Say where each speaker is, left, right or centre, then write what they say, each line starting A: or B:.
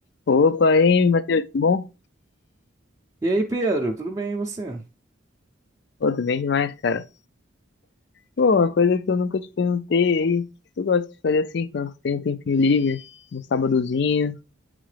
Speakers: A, on the left; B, on the right.
A: Opa, aí, Matheus, tudo bom?
B: E aí, Pedro, tudo bem e você?
A: Pô, tudo bem demais, cara. Pô, uma coisa que eu nunca te perguntei aí, o que tu gosta de fazer assim, quando tu tem um tempinho livre, um sábadozinho?